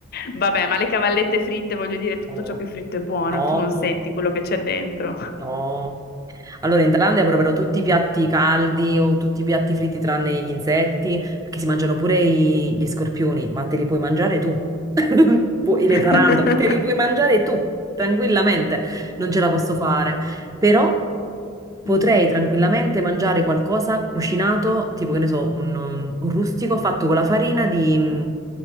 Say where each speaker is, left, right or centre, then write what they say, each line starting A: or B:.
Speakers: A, on the left; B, on the right.
A: Vabbè, ma le cavallette fritte, voglio dire, tutto
B: oh
A: ciò che è fritto è buono,
B: oh
A: tu non senti quello che c'è dentro.
B: oh allora, in Thailandia proverò tutti i piatti caldi o tutti i piatti fritti tranne gli insetti, perché si mangiano pure i- gli scorpioni, ma te li puoi mangiare tu. <laughs> Pu- E le
A: <laughs>
B: tarantole, te li puoi mangiare tu, tranquillamente. Non ce la posso fare. Però potrei
A: Mm.
B: tranquillamente mangiare qualcosa cucinato, tipo che ne so, un, un rustico fatto con la farina di... mh,